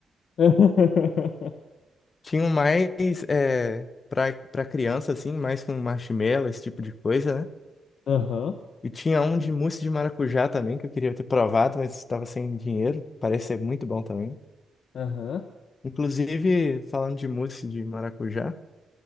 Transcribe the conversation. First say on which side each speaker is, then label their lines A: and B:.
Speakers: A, on the left (about 70°); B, on the left (about 40°).
A: <laughs>
B: <laughs> Tinham mais é, para para criança, assim, mais com marshmallow, esse tipo de coisa, né?
A: Aham,
B: E tinha um de mousse de maracujá também, que eu queria ter provado, mas estava sem dinheiro. Parece ser muito bom também.
A: aham.
B: Inclusive, falando de mousse de maracujá,